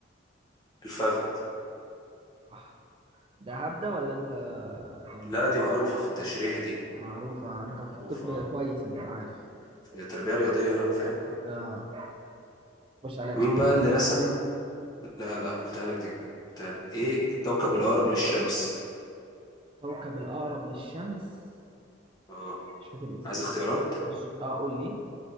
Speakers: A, on the left; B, on the right.
A: الفخذ
B: صح ده هبده ولا انت يعني
A: لا دي معروفة في التشريح دي
B: معروفه انت
A: معروفة
B: في الطب كويس انت معايا
A: في التربية الرياضية أنا فاهم
B: اه خش عليا بسرعة
A: مين بقى اللي رسم لا لا قلتها لك دي قلتها لك ايه الكوكب الاقرب للشمس
B: كوكب الأقرب للشمس
A: اه
B: مش فاكر اسمه
A: عايز اختيارات
B: ز- اه قول لي